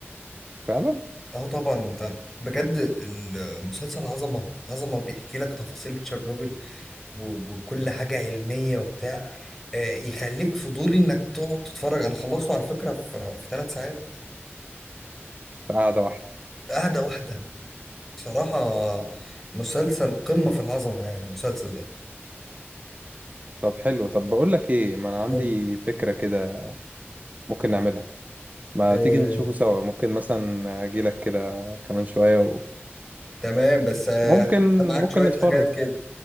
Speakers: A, on the right; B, in the centre.
A: فعلا
B: اه طبعا انت بجد المسلسل عظمة عظمة بيحكي لك تفاصيل تشيرنوبل و- وكل حاجة علمية وبتاع آه، يخليك فضولي انك تقعد تتفرج انا خلصته على فكرة في في ثلاث ساعات
A: قاعده واحده
B: قاعدة واحدة بصراحة مسلسل قمة في العظمة يعني المسلسل ده
A: طب حلو طب بقول لك ايه ما انا
B: قول.
A: عندي فكره كده ممكن نعملها ما
B: آه،
A: تيجي نشوفه سوا ممكن مثلا اجيلك كده كمان شوية و...
B: تمام بس آه،
A: ممكن
B: معاك
A: ممكن
B: شوية
A: نتفرج
B: حاجات كده